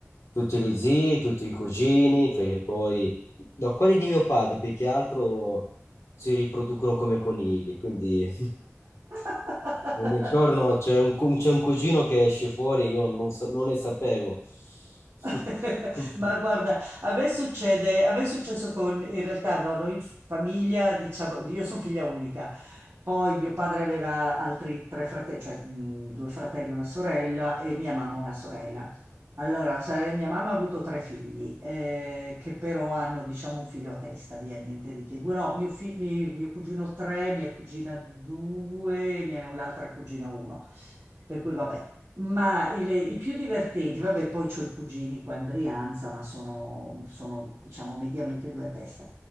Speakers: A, on the left; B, on the right.
A: tutti gli zii, tutti i cugini, perché poi da quelli di mio padre, più che altro si riproducono come conigli, quindi
B: <laughs>
A: Ogni giorno c'è un, cu- c'è un cugino che esce fuori, io non, sa- non ne sapevo. <laughs>
B: <laughs>
A: Quindi,
B: Ma guarda, a me succede, a me è successo con, in realtà no, noi in famiglia, diciamo, io sono figlia unica, poi mio padre aveva altri tre fratelli, cioè mh, due fratelli e una sorella e mia mamma una sorella. Allora, sai, mia mamma ha avuto tre figli, eh, che però hanno, diciamo, un figlio a testa, via, niente di che. No, mio, fi- mi- mio cugino tre, mia cugina due, mia- l'altra cugina uno. Per cui vabbè, ma i, le- i più divertenti, vabbè, poi ho i cugini qua in Brianza, ma sono, sono, diciamo mediamente due a testa.